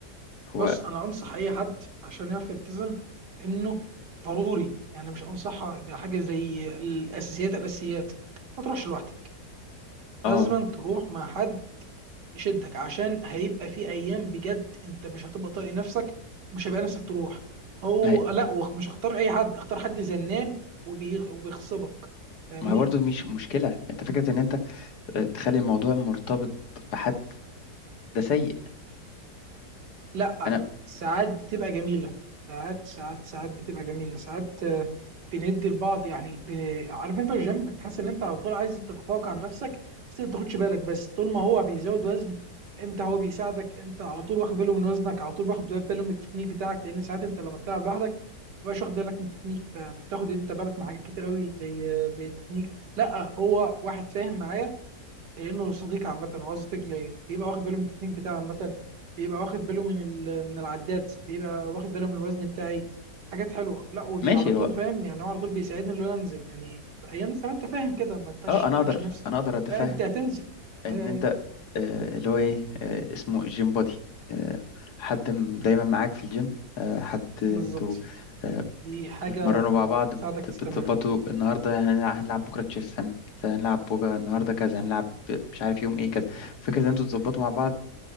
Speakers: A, on the left (about 70°); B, on the right (about 85°).
A: هو
B: بص انا انصح اي حد عشان يعرف يلتزم انه ضروري يعني مش انصح ده حاجه زي الاساسيات الاساسيات ما تروحش لوحدك
A: اه
B: لازم تروح مع حد يشدك عشان هيبقى في ايام بجد انت مش هتبقى طايق نفسك ومش هيبقى نفسك تروح هو
A: ما هي
B: لا وخ- مش هختار اي حد اختار حد زنان وبيغ... وبيغصبك فاهمني
A: ما هي برضو مش مشكله انت فكره ان انت تخلي الموضوع مرتبط بحد ده سيء
B: لا
A: انا
B: ساعات بتبقى جميلة ساعات ساعات ساعات بتبقى جميلة ساعات آه، بندي لبعض يعني بن... عارف انت الجيم تحس ان انت على طول عايز تتفوق عن نفسك بس انت تاخدش بالك بس طول ما هو بيزود وزن انت هو بيساعدك انت على طول واخد باله من وزنك على طول واخد باله من التكنيك بتاعك لان ساعات انت لما بتلعب لوحدك تبقاش واخد بالك من التكنيك بتاخد انت بالك من حاجات كتير قوي زي زي التكنيك لا هو واحد فاهم معايا لانه صديق عامه وقصدك ليا بيبقى واخد باله من التكنيك بتاعي عامه بيبقى واخد باله من ال... من العدات بيبقى واخد باله من الوزن بتاعي حاجات حلوه لا ودي
A: ماشي
B: على طول
A: هو
B: فاهم يعني هو على طول بيساعدني ان انا انزل يعني في ايام زمان انت فاهم كده ما تشدكش
A: اه انا اقدر
B: نفس
A: انا اقدر اتفهم
B: لا انت هتنزل
A: ان
B: اي اي
A: انت آه، اللي هو ايه آه، اسمه جيم بودي آه، حد م- دايما معاك في الجيم آه، حد انتوا
B: بالظبط
A: آه،
B: دي حاجه
A: بتتمرنوا مع بعض
B: تساعدك
A: بت-
B: تستمر
A: بتظبطوا النهارده هنلع- هنلعب بكره تشيس هن- هنلعب بكره النهارده كذا هنلعب ب- مش عارف يوم ايه كذا فكره ان انتوا تظبطوا مع بعض